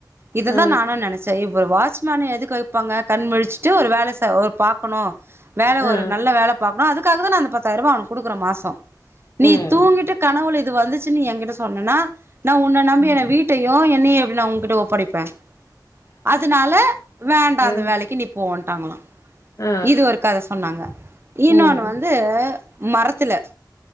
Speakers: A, on the right; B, on the left.
A: இததான்
B: ஆ
A: நானும் நெனச்சேன் இவரு வா ட்ச்மேன் எதுக்கு வைப்பாங்க கண் முழிச்சுட்டு ஒரு வேல செய் ஒரு பாக்கணும் வேல
B: ஆ
A: ஒரு நல்ல வேலப் பாக்கனும் அதுக் காக தான் நா அந்த பத்தாயிர ரூவா அவனுக் குடுக்குற மாசம் நீ
B: ம்
A: தூங்கிட்டு கனவுள இது வந்துச் சி நீ என்கிட்ட சொன்னனா நான் உன்ன நம்பி
B: ம்
A: என வீட்டே ஒட்னே எப்டினா உங்கிட்ட ஒப்படைப்பேன் அதுனால வேண்டாம்
B: ஆ
A: அந்த வேலக்கி நீ போவ்ன் ட்டாங்கலா
B: ஆ
A: இது ஒரு கத சொன்னாங்க இன்னொன்னு
B: ம்
A: வந்து மரத்துல